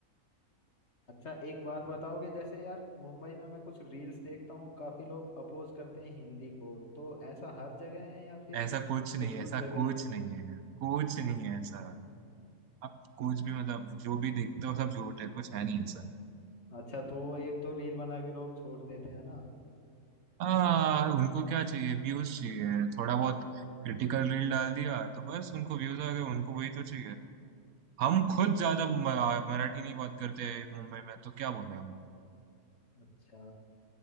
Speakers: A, on the left (about 50°); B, on the right (about 75°).
A: अच्छा एक बात बताओगे जैसे यार मुंबई में मैं कुछ रील्स देखता हूँ काफी लोग अपोज करते हैं हिंदी को तो ऐसा हर जगह है या फिर
B: ऐसा कुछ
A: कुछ
B: नहीं है ऐसा
A: कुछ जगह
B: कुछ
A: ही है
B: नहीं है कुछ नहीं है ऐसा आप कुछ भी मतलब जो भी देखते हो सब झूठ है कुछ है नहीं ऐसा
A: अच्छा तो वो एक दो रील बना के लोग छोड़ देते हैं ना
B: हाँ उनको क्या चाहिए व्यूज चाहिए थोड़ा बहुत क्रिटिकल रील डाल दिया तो बस उनको व्यूज आ गए उनको वही तो चाहिए हम खुद ज्यादा म- मराठी नहीं बात करते मुंबई में तो क्या बोले हम
A: अच्छा